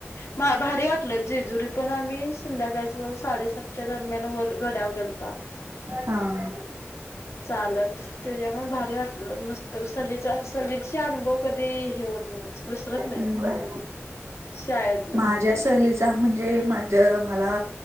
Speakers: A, on the left (about 80°); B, on the right (about 85°).
A: भा, भारी वाटलं जेजुरी पण आम्ही संध्याकाळच साडेसातच्या दरम्यान वर गड्यावर गेलताव.
B: हां
A: चालत त्येज्यामुळ भारी वाटलं, मस्त सलीचा, सलीची अनुभव कधी हे होत नाही, विसरत नाहीत
B: हम्म
A: शाळेत.
B: माझ्या सहलीचा म्हणजे माझ मला